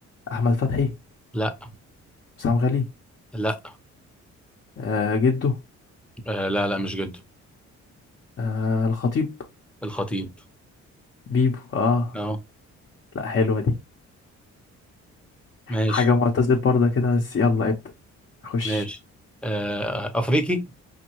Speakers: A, on the left (about 40°); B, in the centre.
A: احمد فتحي
B: لا
A: حسام غالي
B: لا
A: آه جده
B: آه لا لا مش جد
A: آه الخطيب
B: الخطيب
A: بيبو اه
B: اه
A: لا حلوة دي
B: ماشي
A: حاجة معتزل برضه كده بس يلا ابدأ خش
B: ماشي آه افريقي